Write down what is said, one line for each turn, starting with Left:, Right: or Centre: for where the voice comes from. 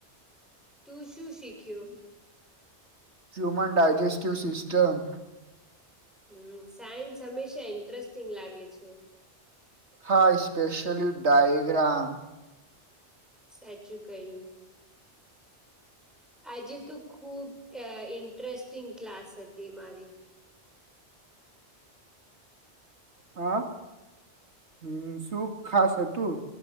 Centre: તું શું શીખ્યો?
Right: Human digestive system.
Centre: હમ્મ. સાયન્સ હંમેશા ઇન્ટરેસ્ટિંગ લાગે છે.
Right: હા ઈસ્પેશિયલી ડાયગ્રામ.
Centre: સાચું કહ્યું. આજે તું ખુબ ઇન્ટરેસ્ટિંગ ક્લાસ હતી મારી.
Right: હા. હમ્મ. શું ખાસ હતું